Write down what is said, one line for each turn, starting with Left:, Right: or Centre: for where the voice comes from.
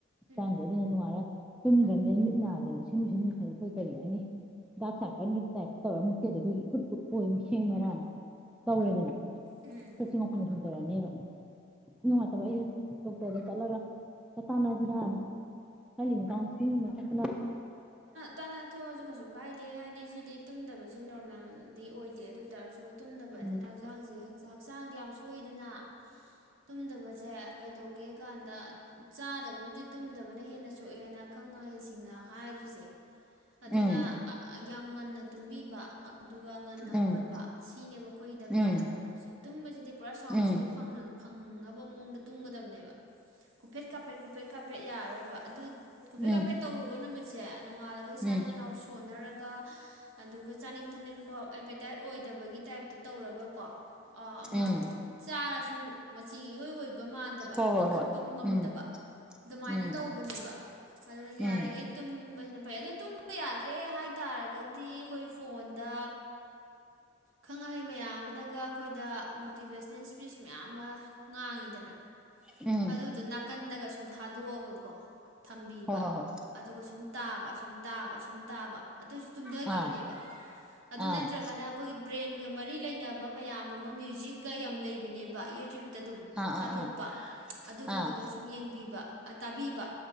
Right: ꯎꯝ
Centre: ꯆꯪꯗꯤ ꯑꯗꯨꯅ ꯅꯨꯉꯥꯏꯔꯦ ꯇꯨꯝꯗꯕꯅꯤ ꯃꯤꯠ ꯅꯥꯗꯅ ꯏꯁꯤꯡ ꯁꯤꯟ ꯃꯁ ꯑꯩꯈꯣꯏ ꯀꯔꯤ ꯍꯥꯏꯅꯤ ꯍꯤꯗꯥꯛ ꯆꯥꯀꯟꯒꯤ ꯇꯥꯏꯞꯇ ꯇꯧꯔꯃꯤꯦꯁꯦ ꯑꯩꯈꯣꯏꯒꯤ ꯏꯀꯨꯠ ꯀꯨꯠ ꯀꯣꯏ ꯃꯤꯁꯦꯡ ꯃꯔꯥꯟ ꯇꯧꯋꯦꯗꯅ
Right: ꯎꯝ
Centre: ꯑꯣ ꯅ ꯇꯔꯅꯦꯕ ꯅꯨꯡꯉꯥꯏꯇꯕ ꯑꯩꯁꯨ ꯗꯣꯛꯇꯔꯗ ꯆꯠꯂꯒ ꯆ ꯇꯥꯟꯅꯁꯤꯔꯥꯅ ꯈꯜꯂꯤꯅꯤ ꯀꯥꯎꯟꯁꯤꯂꯤꯡꯒꯨꯝꯕ ꯆ
Right: ꯇꯥꯟꯅ ꯊꯣꯛꯑꯁꯨ ꯀꯩꯁꯨ ꯀꯥꯏꯗꯦ ꯍꯥꯏꯗꯤ ꯁꯤꯗꯤ ꯇꯨꯝꯗꯕꯁꯦ ꯅꯣꯔꯃꯦꯜ ꯗꯤ ꯑꯣꯏꯗꯦ ꯑꯗꯨ ꯑꯣꯏꯇꯥꯔꯁꯨ ꯇꯨꯝꯗ
Centre: ꯎꯝ
Right: ꯑꯁꯤꯅ ꯍꯛꯆꯥꯡꯁꯤ ꯍꯛꯆꯥꯡꯗꯤ ꯌꯥꯝ ꯁꯣꯏꯗꯅ ꯇꯨꯝꯗꯕꯁꯦ ꯀꯩꯗꯧꯒꯦ ꯀꯥꯟꯗ ꯆꯥꯗꯕꯕꯨꯗꯤ ꯇꯨꯝꯗꯕꯅ ꯍꯦꯟꯅ ꯁꯣꯛꯑꯦꯅ ꯑꯈꯪ ꯑꯍꯩꯁꯤꯡꯅ <unintelligible>
Centre: ꯎꯝ ꯎꯝ
Right: ꯌꯥꯝ ꯉꯟꯅ ꯇꯨꯝꯕꯤꯕ ꯑꯗꯨꯒ ꯉꯟꯅ
Centre: ꯎꯝ
Right: ꯍꯧꯒꯠꯄ ꯁꯤꯅꯦꯕ ꯑꯩꯈꯣꯏꯒꯤ ꯗꯔꯀꯥꯔ
Centre: ꯎꯝ
Right: ꯌꯥꯝ ꯑꯣꯏꯔꯁꯦ ꯇꯨꯝꯕꯁꯤꯗꯤ ꯄꯨꯔꯥ ꯁꯥꯎꯟ
Centre: ꯎꯝ
Right: ꯁ꯭ꯂꯤꯞ ꯐꯪꯉꯒ ꯐꯪꯉꯕ ꯃꯑꯣꯡꯗ ꯇꯨꯝꯒꯗꯕꯅꯦꯕ ꯀꯨꯐꯦꯠ ꯀꯥꯐꯦꯠ ꯀꯨꯐꯦꯠ ꯀꯥꯐꯦꯠ ꯌꯥꯔꯣꯏꯕ ꯑꯗꯨ ꯀꯨꯐꯦꯠ
Centre: ꯎꯝ
Right: ꯀꯥꯐꯦꯠ ꯇꯧꯔꯨꯕ ꯅꯨꯃꯤꯠꯇ ꯆ <unintelligible> ꯅꯣꯡꯉꯥꯜꯂꯒ ꯏꯁꯥꯁꯦ
Centre: ꯎꯝ
Right: ꯅꯥꯎ ꯁꯣꯟꯅꯔꯒ ꯑꯗꯨꯒ ꯆꯥꯅꯤꯡ ꯊꯥꯅꯤꯡꯕ ꯑꯦꯄꯦꯇꯥꯏꯠ ꯑꯣꯏꯗꯕꯒꯤ ꯇꯥꯏꯞꯇ ꯇꯧꯔꯒꯀꯣ ꯑꯃ
Centre: ꯎꯝ
Right: ꯆꯥꯔꯁꯨ ꯃꯆꯤ ꯑꯣꯏ ꯕ ꯃꯥꯟꯗꯕ
Centre: ꯍꯣꯏ ꯍꯣꯏ
Right: ꯀꯟꯈꯠꯄ
Centre: ꯍꯣꯏ
Right: ꯉꯝꯗꯕ
Centre: ꯎꯝ
Right: ꯑꯗꯨꯃꯥꯏꯅ
Centre: ꯎꯝ
Right: ꯇꯧꯕꯅꯦꯕ ꯑꯗꯨꯅ
Centre: ꯎꯝ
Right: ꯌꯥꯔꯤꯉꯩ ꯇꯨꯝꯕꯁꯤꯅ ꯐꯩ ꯑꯗꯣ ꯇꯨꯝꯕ ꯌꯥꯗ꯭ꯔꯦ ꯍꯥꯏꯇꯥꯥꯔꯒꯗꯤ ꯑꯩꯈꯣꯏ ꯐꯣꯟꯗ ꯈꯪ ꯑꯍꯩ ꯃꯌꯥꯝ ꯑꯃꯅꯒ ꯑꯩꯈꯣꯏꯗ ꯃꯣꯇꯤꯚꯦꯁꯅꯦꯜ ꯏꯁꯄꯤꯁ ꯃꯌꯥꯝ ꯑꯃ ꯉꯥꯡꯉꯤꯗꯅ
Centre: ꯎꯝ
Right: ꯑꯗꯨ ꯑꯗꯨ ꯅꯥꯀꯟꯗꯒ ꯁꯨꯝ ꯊꯥꯗꯣꯛꯑꯒꯀꯣ ꯊꯝꯕꯤꯕ
Centre: ꯍꯣꯏ ꯍꯣꯏ ꯍꯣꯏ
Right: ꯁꯨꯝ ꯇꯥꯕ ꯁꯨꯝ ꯇꯥꯕ ꯁꯨꯝ ꯇꯥꯕ ꯑꯗꯨꯁꯨ ꯇꯨꯝꯊꯈꯤꯕꯅꯦꯕ
Centre: ꯑꯥ
Right: ꯑꯗꯨ
Centre: ꯑꯥ
Right: ꯅꯠꯇ꯭ꯔꯒꯅ ꯑꯩꯈꯣꯏꯒꯤ ꯕ꯭ꯔꯦꯟꯒ ꯃꯔꯤ ꯂꯩꯅꯕ ꯃꯌꯥꯝ ꯑꯃ ꯃ꯭ꯌꯨꯖꯤꯛꯀ ꯌꯥꯝ ꯂꯩꯕꯅꯦꯕ ꯌꯨꯇ꯭ꯌꯨꯨꯞ ꯑꯗꯨꯝ
Centre: ꯑꯥ
Right: ꯊꯥꯗꯣꯛꯄ
Centre: ꯑꯥ
Right: ꯑꯗꯨꯒꯨꯝꯕꯗꯣ
Centre: ꯑꯥ
Right: ꯁꯨꯝ ꯌꯦꯡꯕꯤꯕ ꯇꯥꯕꯤꯕ